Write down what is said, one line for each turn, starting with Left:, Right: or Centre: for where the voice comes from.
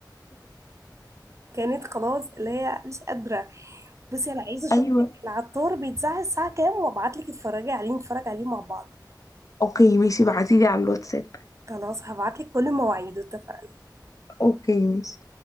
Right: كانت خلاص اللي هي مش قادره بصي انا عايزه
Left: ايوه
Right: اشوفك العطار بيتذاع الساعه كام وابعت لك اتفرجي عليه نتفرج عليه مع بعض
Left: اوكي ماشي بعتيلي على الواتساب
Right: خلاص هبعت لك كل مواعيده اتفقنا
Left: اوكي ماشي